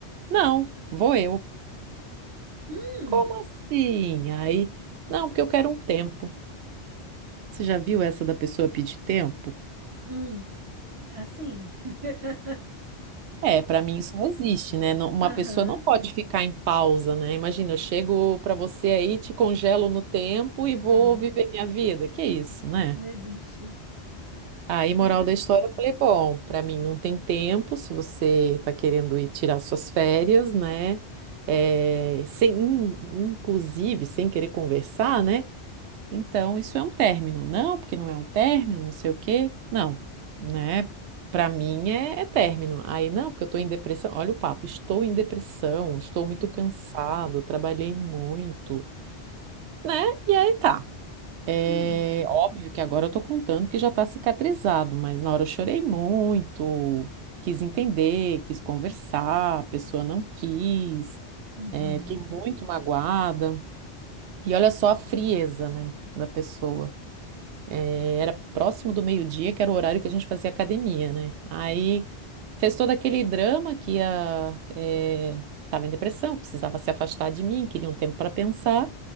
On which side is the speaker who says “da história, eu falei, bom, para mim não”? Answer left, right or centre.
Right